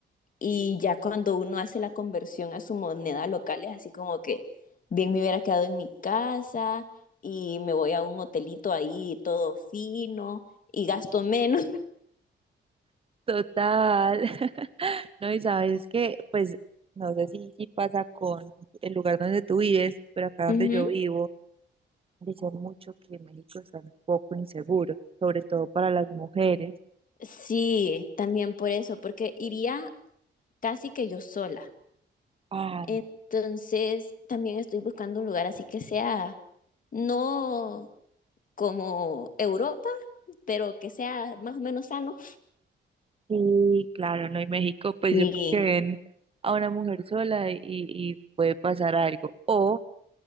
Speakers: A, on the left; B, on the right.
A: y ya cuando uno hace la conversión a su moneda local es así como que bien me hubiera quedado en mi casa y me voy a un hotelito ahí todo fino y gasto menos.
B: Total. <laughs> No, y sabes que, pues, no sé si, si pasa con el lugar donde tú vives, pero acá donde
A: Uh -huh.
B: yo vivo, dicen mucho que México está un poco inseguro, sobre todo para las mujeres.
A: Sí, también por eso, porque iría casi que yo sola.
B: Ah,
A: Entonces,
B: no.
A: también estoy buscando un lugar así que sea no como Europa, pero que sea más o menos sano.
B: Sí, claro, no, y México, pues
A: Sí.
B: yo creo que ven a una mujer sola y, y puede pasar algo. O